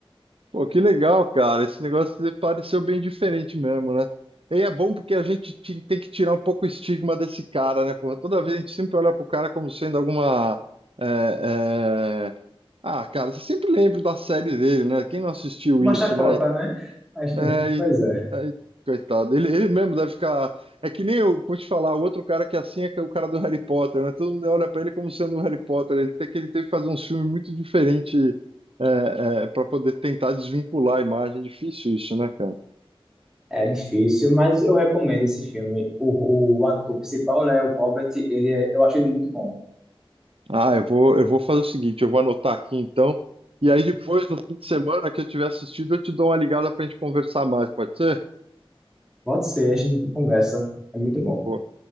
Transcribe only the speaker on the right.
Pô, que legal, cara. Esse negócio pareceu bem diferente mesmo, né? E é bom porque a gente ti- tem que tirar um pouco o estigma desse cara, né? Porra, toda vez a gente sempre olha pro cara como sendo alguma. é, é, Ah, cara, você sempre lembra da série dele, né? Quem não assistiu
isso,
né?
Ai,
ai, coitado. Ele, ele mesmo deve ficar. É que nem eu vou te falar, o outro cara que é assim é que é o cara do Harry Potter, né? Todo mundo olha pra ele como sendo o Harry Potter. Ele tem que ele teve que fazer um filme muito diferente é, para poder tentar desvincular a imagem. É Difícil isso, né, cara?
Ah, eu vou, eu vou fazer o seguinte, eu vou anotar aqui então. E aí depois, no fim de semana que eu tiver assistido, eu te dou uma ligada pra gente conversar mais, pode ser?
Boa.